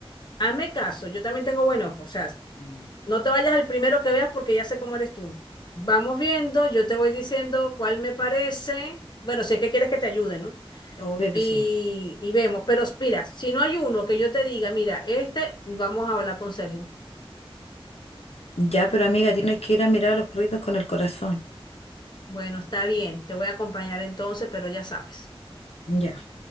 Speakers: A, on the left (about 45°); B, on the left (about 85°).
A: hazme caso, yo también tengo buen ojo, o sea,
B: Mm.
A: No te vayas al primero que veas porque ya sé cómo eres tú. Vamos viendo, yo te voy diciendo cuál me parece. Bueno, si es que quieres que te ayude, ¿no?
B: obvio que
A: Y,
B: sí.
A: y vemos. Pero mira, si no hay uno que yo te diga, mira, este, vamos a hablar con Sergio.
B: Ya, pero amiga,
A: Pues,
B: tienes que ir a mirar a los perritos con el corazón.
A: Bueno, está bien, te voy a acompañar entonces, pero ya sabes.
B: Ya.